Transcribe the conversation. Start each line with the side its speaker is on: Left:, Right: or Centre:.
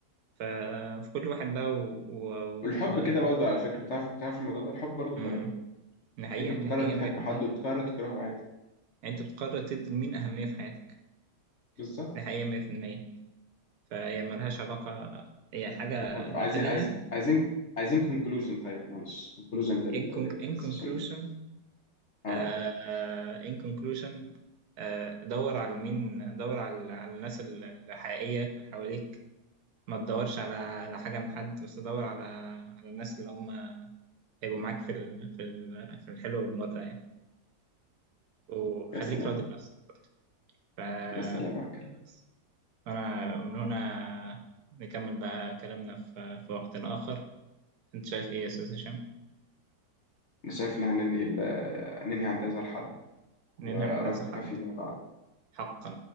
Right: ففي كل واحد بقى و... و...
Left: والحب
Right: و...
Left: كده برضه على فكره تعرف تعرف الموضوع ده الحب برضه قرار
Right: مم. دي حقيقة
Left: انت بتقرر
Right: دي حقيقة
Left: تحب
Right: 100%
Left: حد وبتقرر تكرهه عادي
Right: أنت بتقرر تدي لمين أهمية في حياتك
Left: بالظبط
Right: دي حقيقة 100% فهي ملهاش علاقة هي حاجة
Left: طب عايزين
Right: داخلية
Left: عايز عايزين عايزين كونكلوجن طيب معلش كونكلوجن
Right: in con- in
Left: للسيشن
Right: conclusion
Left: ده اه
Right: آه، آه، in conclusion آه، دور على مين دور على على الناس ال- الحقيقية اللي حواليك ما تدورش على على حاجة من حد بس دور على على الناس اللي هم هيبقوا معاك في ال... في ال... في الحلو والمرة يعني وخليك
Left: يا سلام
Right: راضي بنفسك ف
Left: يا سلام على الكلام
Right: بس. أنا من هنا نكمل بقى كلامنا في في وقت آخر أنت شايف إيه يا أستاذ هشام؟
Left: انا شايف ان هننهي ال- هننهي عند هذا الحد وارقى
Right: ننهي عند هذا الحد
Left: فيما بعد
Right: حقا